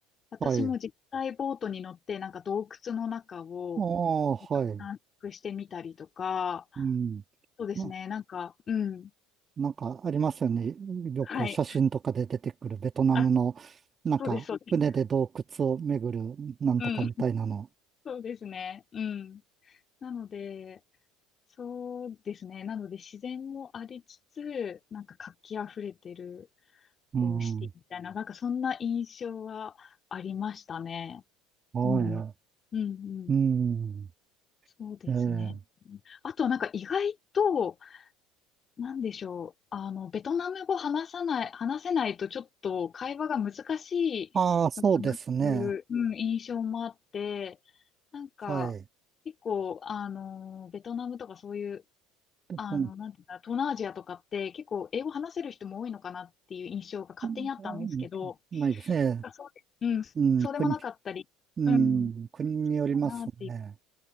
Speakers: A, on the left (about 40°); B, on the right (about 35°).
A: 私も実際ボートに乗って、
B: はい。
A: なんか洞窟の中を、
B: ああ、はい。
A: 探索してみたりとか、
B: うん。
A: そうですね、
B: な、
A: なんか、うん、
B: なんかありますよね。よく写真とかで出てくるベトナムの、
A: はい。あ、
B: なんか船で洞窟を巡るなんとかみたいなの。
A: そうです、そうです。うん。そうですね。うん。なので、そうですね。なので、自然もありつつ、なんか活気あふれてる、こう、
B: うん。
A: シティみたいな、なんかそんな印象はありましたね。
B: は
A: うん。うん、うん。
B: い。うん。
A: そうですね。
B: ええ。
A: あと、なんか意外と、なんでしょう。あの、ベトナム語話さない、話せないとちょっと会話が難しいのかなっていう、
B: ああ、そうですね。
A: うん、印象もあって、なんか、
B: はい。で
A: 結構、あの、ベトナムとかそういう、
B: うん
A: あの、なんていうんだ、東南アジアとかって結構英語話せる人も多いのかなっていう印象が勝手にあったんですけど、
B: うんないですね。
A: あそうで、うん、そうでもなかったり、
B: うん。国、うん。
A: うん、か
B: 国によりますね。
A: なっていう